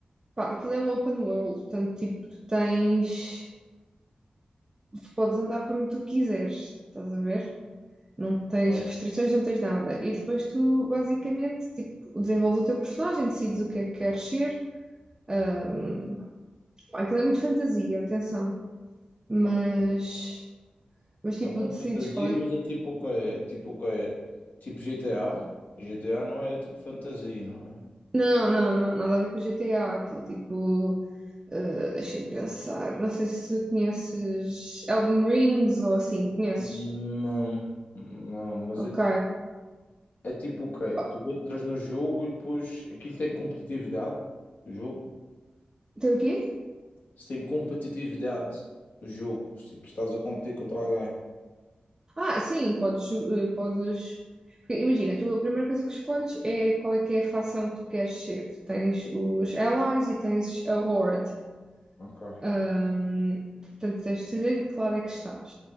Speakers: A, on the right; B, on the left.
A: pá, aquilo é um open world, portanto, tipo, tu tens. Tu podes andar por onde tu quiseres, estás a ver? Não tens
B: Ok.
A: restrições, não tens nada. E depois tu, basicamente, tipo, desenvolves o teu personagem, decides o que é que queres ser. Ah, pá, aquilo é muito fantasia, atenção. mas,
B: ok.
A: mas tipo,
B: É um mundo
A: decides
B: de fantasia,
A: qual é
B: mas
A: que.
B: é tipo o que é? Tipo o que é? Tipo GTA? GTA não é tipo fantasia, não é?
A: Não, não, não, nada a ver com o GTA, aquilo tipo. eh, deixa-me pensar, não sei se conheces Elden Rings ou assim, conheces?
B: Não, não, mas
A: Ok.
B: é, ti- é tipo o quê?
A: Pá,
B: Tu entras no jogo e depois aquilo tem competitividade, o jogo.
A: Tem o quê?
B: Se tem competitividade, o jogo, se tipo, estás a competir contra alguém.
A: Ah, sim, podes, ju- eh, podes. Porque imagina, tu a primeira coisa que escolhes é qual é que é a facção que tu queres ser. Tu tens os Allies e tens a Horde.
B: Ok.
A: Ahm, portanto, tens de decidir de que lado é que estás.